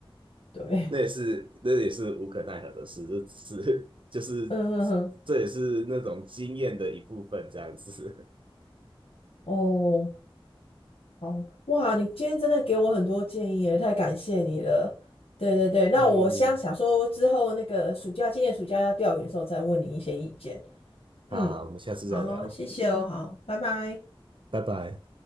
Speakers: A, on the left; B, on the right.
A: 对，
B: 那也是那也是无可奈何的事，这只是 <laughs> 就是
A: 嗯哼哼，
B: 这也是那种经验的一部分，这样子。
A: 哦，哦，哇，你今天真的给我很多建议耶，太感谢你了。对对对，那我想想说之后那个暑假，
B: <laughs> 嗯，
A: 今年暑假要钓鱼的时候再问你一些意见。嗯，
B: 好好，我们下次再聊，
A: 好，谢谢哦，好，拜拜。
B: 拜拜。